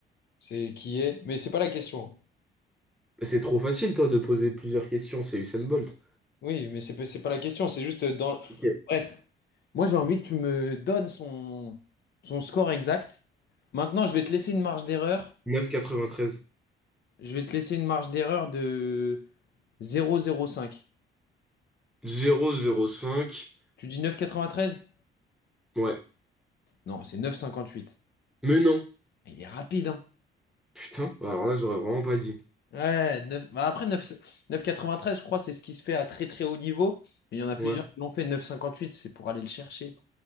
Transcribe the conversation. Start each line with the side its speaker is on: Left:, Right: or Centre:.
Left: C'est qui est. Mais c'est pas la question. hein.
Centre: Mais C'est trop facile, toi, de poser plusieurs questions. C'est Usain Bolt.
Left: Oui, mais c'est pas, c'est pas la question, c'est juste euh, dans...
Centre: Ok.
Left: Bref, moi j'ai envie que tu me donnes son, son score exact. Maintenant, je vais te laisser une marge d'erreur.
Centre: Neuf virgule quatre-vingt-treize
Left: Je vais te laisser une marge d'erreur de zéro virgule zéro cinq.
Centre: zéro virgule zéro cinq.
Left: Tu dis neuf virgule quatre-vingt-treize
Centre: Ouais.
Left: Non, c'est neuf virgule cinquante-huit.
Centre: Mais non.
Left: Il est rapide, hein.
Centre: Putain. Bah, Alors là, j'aurais vraiment pas dit.
Left: Ouais, 9... bah après vingt treize je crois, c'est ce qui se fait à très très haut niveau. Mais il y en a plusieurs
Centre: Ouais.
Left: qui l'ont fait. neuf virgule cinquante-huit. c'est pour aller le chercher.